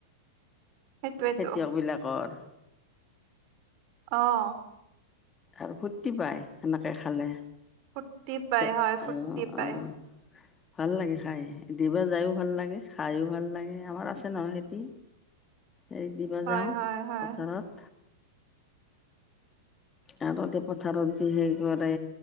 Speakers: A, on the right; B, on the left.
A: সেইটোৱেতো
B: খেতিয়ক বিলাকৰ।
A: অঁ,।
B: আৰু ফূৰ্তি পায় সেনেকে খালে।
A: ফূৰ্তি পাই
B: তে,
A: হয় ফূৰ্তি
B: অঁ
A: পাই
B: অঁ। ভাল লাগে খায়। দিবা যায়ো ভাল লাগে, খায়ো ভাল লাগে, আমাৰ আছে নহয়, খেতি! হেই দিব
A: হয়
B: যাওঁ,
A: হয় হয়
B: পথাৰত। আগতে পথাৰত যিহে <unintelligible> কৰে,